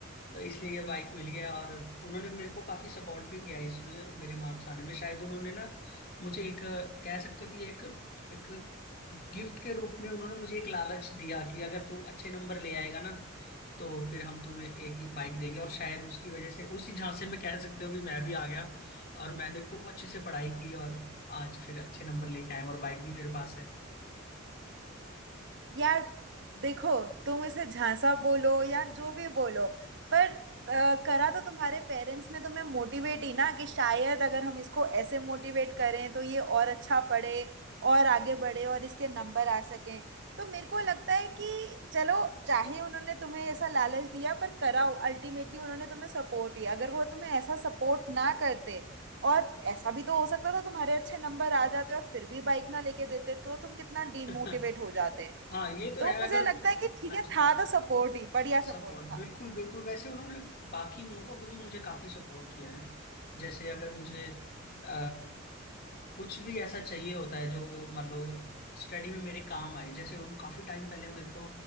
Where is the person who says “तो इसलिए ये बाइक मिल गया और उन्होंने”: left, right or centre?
Left